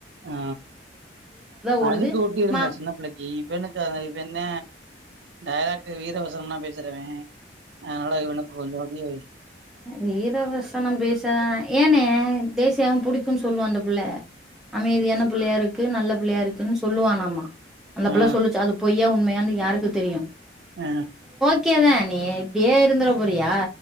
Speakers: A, on the right; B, in the centre.
A: ஆ
B: ஓடுது
A: அதுக்கு ஒட்டிடுல
B: மா
A: சின்ன புள்ளைக்கு இப்ப என்னக்கா இப்ப என்ன டேரெக் வீர வசனம்லா பேசுறவே அதனால இவனுக் கொஞ்சோ அப்படியே
B: வீர வசனம் பேசுரா ஏன்னே டேசியாவும் புடிக்கும் சொல்லு அந்த புள்ள அமைதியான புள்ளையா இருக்கு நல்ல புள்ளையா இருக்கு சொல்லுவானாமா அந்த
A: ஆ
B: புள்ள சொல்லுச்சா அது பொய்யா உண்மையா என் யாருக்கு தெரியு
A: அ
B: க்கேதா நீ இப்டியே இருந்தர போறியா